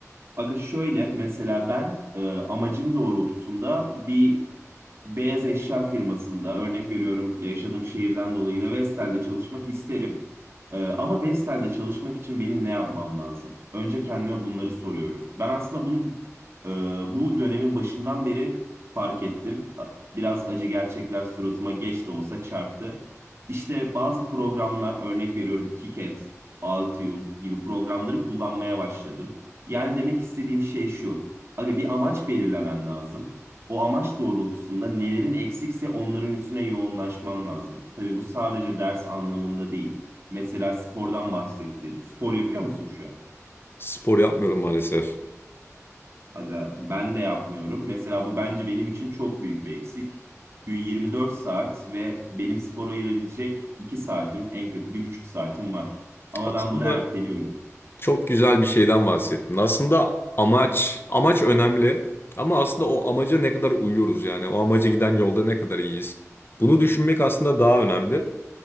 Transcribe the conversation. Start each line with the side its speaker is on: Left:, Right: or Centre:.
Right: Aga şöyle mesela ben e, amacım doğrultusunda bir beyaz eşya firmasında örnek veriyorum yaşadığım şehirden dolayı da Vestel'de çalışmak isterim. Ee, ama Vestel'de çalışmak için benim ne yapmam lazım? Önce kendime bunları soruyorum. Ben aslında bunu e, bu dönemin başından beri fark ettim. Biraz acı gerçekler suratıma geç de olsa çarptı. İşte bazı programlar örnek veriyorum Kiket, Altium gibi programları kullanmaya başladım. Yani demek istediğim şey şu. Aga bir amaç belirlemen lazım. O amaç doğrultusunda nelerin eksikse onların üstüne yoğunlaşman lazım. Tabii bu sadece ders anlamında değil. Mesela spordan bahsettiğin. Spor yapıyor musun şu an?
Left: Spor yapmıyorum maalesef.
Right: Aga ben de yapmıyorum. Mesela bu bence benim için çok büyük bir eksik. Gün 24 saat ve benim spora ayırabilecek 2 saatim en kötü bir buçuk saatim var. Ama
Left: Aslında
Right: ben bunu erteliyorum.
Left: Çok güzel bir şeyden bahsettin. Aslında amaç, amaç önemli. Ama aslında o amaca ne kadar uyuyoruz yani. O amaca giden yolda ne kadar iyiyiz. Bunu düşünmek aslında daha önemli.